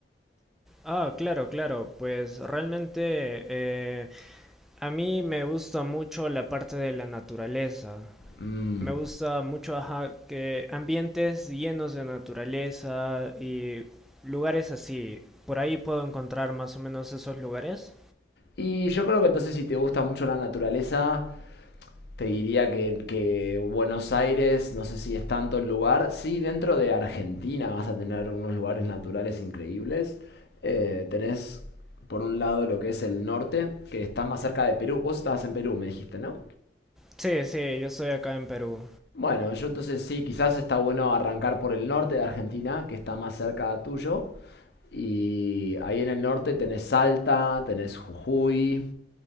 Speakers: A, in the centre; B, on the left.
A: Ah, claro, claro, pues realmente eh, a mí me gusta mucho la parte de la naturaleza.
B: Mm.
A: Me gusta mucho ajá, que ambientes llenos de naturaleza y lugares así. Por ahí puedo encontrar más o menos esos lugares.
B: Y yo creo que entonces si te gusta mucho la naturaleza, te diría que, que Buenos Aires, no sé si es tanto el lugar, sí, dentro de Argentina vas a tener unos lugares naturales increíbles. Eh, tenés por un lado lo que es el norte, que está más cerca de Perú. Vos estabas en Perú, me dijiste, ¿no?
A: Sí, sí, yo estoy acá en Perú,
B: Bueno, yo entonces sí, quizás está bueno arrancar por el norte de Argentina, que está más cerca tuyo. Y ahí en el norte tenés Salta, tenés Jujuy,